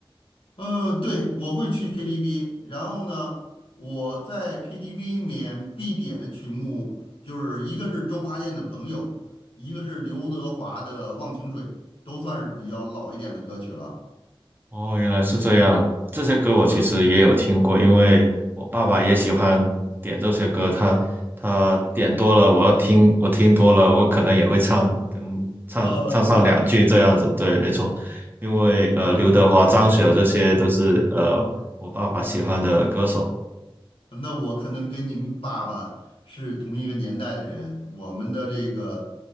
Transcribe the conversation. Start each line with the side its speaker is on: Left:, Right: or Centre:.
Left: 嗯，呃对，我会去 KTV，然后呢，我在 KTV 里面必点的曲目就是一个是周华健的《朋友》，一个是刘德华的《忘情水》，都算是比较老一点的歌曲了。
Right: 哦，原来是这样。这些歌我其实也有听过，
Left: 嗯，
Right: 因为我爸爸也喜欢点这些歌，他他点多了，我要听我听多了，我可能也会唱，跟唱唱上两句这样子。
Left: 哦，是吧？
Right: 对，没错，因为呃，
Left: 嗯，
Right: 刘德华、张学友这些都是呃我爸爸喜欢的歌手。
Left: 那我可能跟您爸爸是同一个年代的人，我们的这个